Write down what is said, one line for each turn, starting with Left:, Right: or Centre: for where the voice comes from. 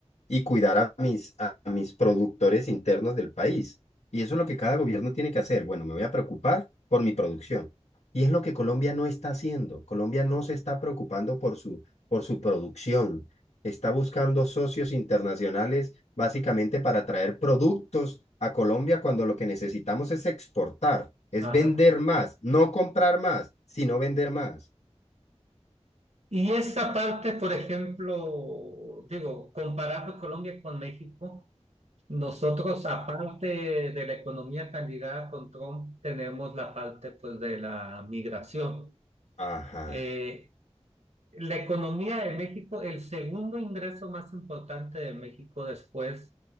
Left: y cuidar a mis, a mis productores internos del país. Y eso es lo que cada gobierno tiene que hacer. Bueno, me voy a preocupar por mi producción. Y es lo que Colombia no está haciendo. Colombia no se está preocupando por su, por su producción. Está buscando socios internacionales básicamente para traer productos a Colombia cuando lo que necesitamos es exportar, es
Right: Ajá.
Left: vender más, no comprar más, sino vender más.
Right: Y esa parte, por ejemplo, digo, comparando Colombia con México, nosotros, aparte de la economía tan ligada con Trump, tenemos la parte, pues, de la migración.
Left: Ajá.
Right: Eh, la economía de México, el segundo ingreso más importante de México después